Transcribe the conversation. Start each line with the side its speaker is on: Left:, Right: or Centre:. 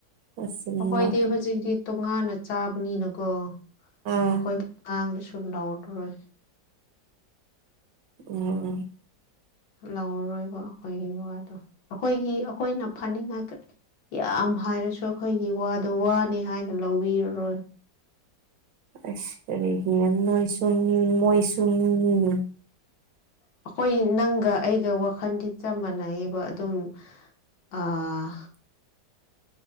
Right: ꯑꯁꯦꯡꯕ
Left: ꯑꯩꯈꯣꯏꯗꯤ ꯍꯧꯖꯤꯛꯇꯤ ꯇꯣꯉꯥꯟꯅ ꯆꯥꯕꯅꯤꯅꯀꯣ
Right: ꯑꯥ
Left: ꯑꯩꯈꯣꯏ ꯇꯥꯡꯗ ꯁ ꯂꯥꯎꯔꯔꯣꯏ
Right: ꯎꯝ
Left: ꯂꯧꯔꯔꯣꯏꯕ ꯑꯩꯈꯣꯏꯒꯤ ꯋꯥꯗꯣ ꯑꯩꯈꯣꯏꯒꯤ ꯑꯩꯈꯣꯏꯅ ꯐꯅꯤꯡꯉꯥꯏ ꯌꯥꯝ ꯍꯥꯏꯔꯁꯨ ꯑꯩꯈꯣꯏꯒꯤ ꯋꯥꯗꯣ ꯋꯥꯅꯤ ꯍꯥꯏꯅ ꯂꯧꯕꯤꯔꯔꯣꯏ
Right: ꯑꯁꯔꯦ ꯅꯣꯏꯁꯃꯤ ꯃꯣꯏꯁꯨꯃꯤ
Left: ꯍꯣꯏ ꯅꯪꯒ ꯑꯩꯒ ꯋꯥꯈꯟꯗꯤ ꯆꯞ ꯃꯥꯟꯅꯩꯑꯕ ꯑꯗꯨꯝ ꯑꯥ